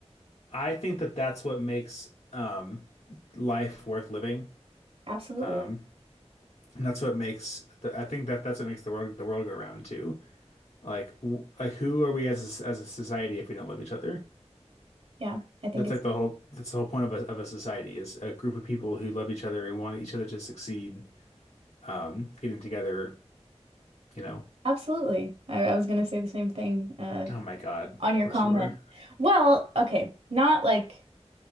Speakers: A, on the left; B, on the right.
A: I think that that's what makes um life worth living.
B: Absolutely.
A: Um, And that's what makes the, I think that that's what makes the world the world go round too. Like, like who are we as a, as a society if we don't love each other?
B: Yeah, I think
A: That's
B: it's
A: like the whole that's the whole point of a of a society is a group of people who love each other and want each other to succeed, um, getting together, you know.
B: absolutely. I, I was gonna say the same thing uh,
A: Oh my God,
B: on
A: of
B: your
A: course
B: comment.
A: you were.
B: Well, okay, not like